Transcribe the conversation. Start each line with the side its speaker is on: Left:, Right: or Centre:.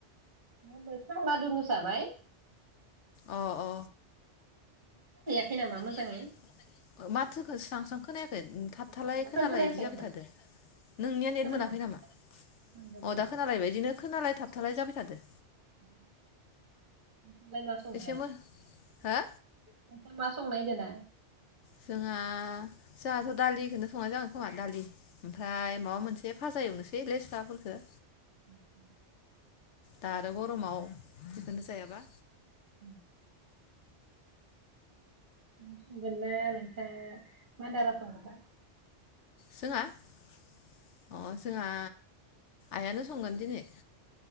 Right: मा होनदो <unintelligible> जाबाय
Left: अ अ <unintelligible>
Right: <unintelligible> <unintelligible> मोजाङै?
Left: माथोखौ स्रां स्रां खोनायाखै थाबथालाय
Right: मोजां
Left: खोनालाय
Right: खोनायाखै
Left: बिदि जाबाय
Right: आङो
Left: थादो नोंनिया नेट
Right: खोनाबाय
Left: मोनाखै नामा?
Right: मोनदो मोनदो
Left: अ दा खोनालायबाय बिदिनो खोनालाय थाब थालाय जाबाय थादो
Right: <unintelligible> मा संगोन
Left: एसे मोन हो?
Right: नोंसा मा संनायदो दा?
Left: जोंहा जाहाथ' दालिखौनो संनाय जागोन खोमा दालि ओमफ्राय माबा मोनसे फाजा एवनोसै लेस्राफोरखो
Right: उम उम
Left: दा आरो गरमाव बेखौनो जायाबा
Right: उम नों संगोनना नोंसा मादारा संगोनबा?
Left: जोंहा अ जोंहा आइयानो संगोन दिनै